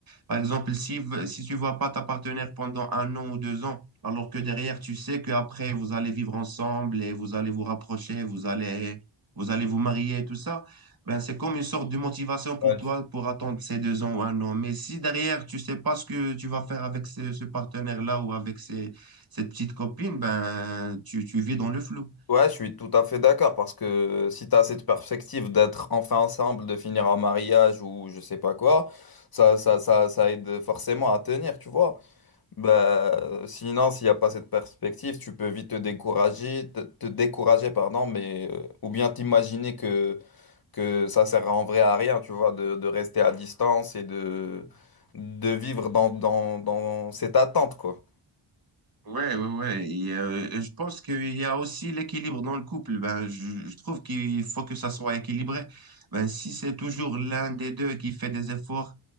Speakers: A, on the right; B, on the left.
A: Par exemple, si, v- si tu vois pas ta partenaire pendant un an ou deux ans, alors que derrière, tu sais qu'après, vous allez vivre ensemble et vous allez vous rapprocher, vous allez, vous allez vous marier, tout ça, ben, c'est comme une sorte de motivation pour
B: Ouais,
A: toi
B: je,
A: pour attendre ces deux ans ou un an. Mais si derrière, tu sais pas ce que tu vas faire avec ce, ce partenaire-là ou avec ces, cette petite copine, ben, tu, tu vis dans le flou.
B: ouais, je suis tout à fait d'accord parce que si tu as cette perspective d'être enfin ensemble, de finir en mariage ou je sais pas quoi, ça, ça, ça, ça aide forcément à tenir, tu vois. Bah, sinon, s'il n'y a pas cette perspective, tu peux vite te décourager, te, te décourager, pardon, mais, euh, ou bien t'imaginer que, que ça sert en vrai à rien, tu vois, de, de rester à distance et de, de vivre dans, dans, dans cette attente, quoi.
A: Ouais, ouais, ouais. Et, euh, et je pense qu'il y a aussi l'équilibre dans le couple. Ben, je, je trouve qu'il faut que ça soit équilibré. Ben, si c'est toujours l'un des deux qui fait des efforts